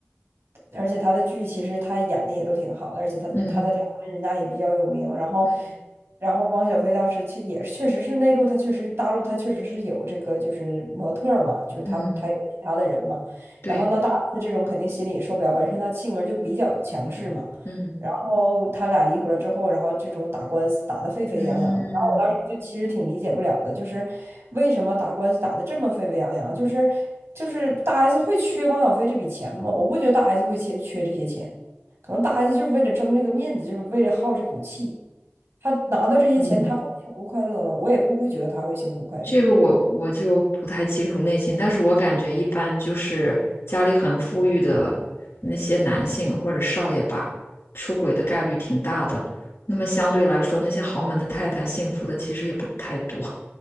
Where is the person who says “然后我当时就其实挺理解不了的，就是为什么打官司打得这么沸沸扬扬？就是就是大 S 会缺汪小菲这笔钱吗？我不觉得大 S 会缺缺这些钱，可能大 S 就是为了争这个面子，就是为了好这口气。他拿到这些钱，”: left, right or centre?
Right